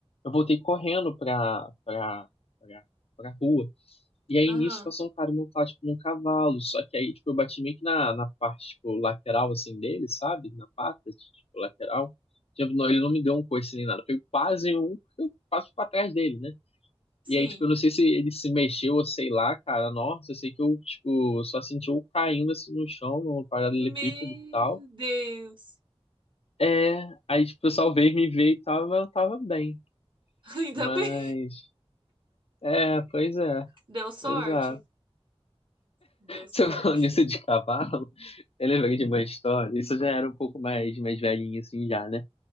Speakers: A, on the left (about 65°); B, on the right (about 50°).
A: eu voltei correndo pra, pra, pra, pra rua. E aí
B: Aham,
A: nisso passou um cara montado, tipo, num cavalo. Só que aí, tipo, eu bati meio que na, na parte, tipo, lateral, assim, dele, sabe? Na pata, tipo, lateral. Tipo, não, ele não me deu um coice nem nada. Foi quase um, eu passo pra trás dele, né?
B: sim.
A: E aí, tipo, eu não sei se ele se mexeu ou sei lá, cara. Nossa, eu sei que eu, tipo, só senti eu caindo, assim, no chão, numa paralelepípedo
B: Meu
A: e tal.
B: Deus.
A: É, aí, tipo, eu salvei, me veio e tava, tava bem.
B: <laughs> Ainda
A: Mas,
B: bem.
A: é, pois é,
B: Deu sorte?
A: exato.
B: Deu sorte.
A: Você falando isso de cavalo, eu lembrei de uma história. Isso já era um pouco mais, mais velhinho, assim, já, né?